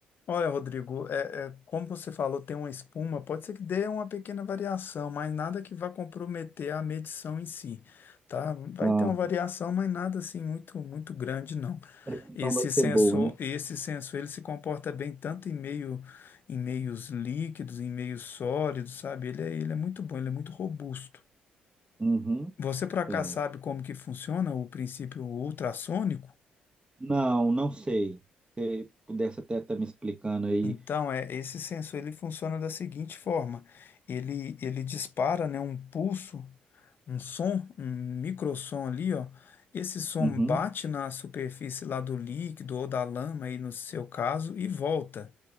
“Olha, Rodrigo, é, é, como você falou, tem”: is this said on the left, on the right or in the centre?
Left